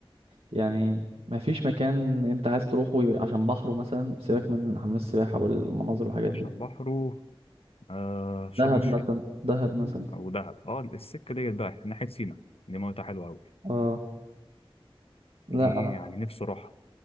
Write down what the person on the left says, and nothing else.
عشان
بحره آه شرم
الشيخ
او دهب اه السكه ديت بقى ناحيه سينا دي ميتها حلوه قوي
دي يعني نفسي اروحها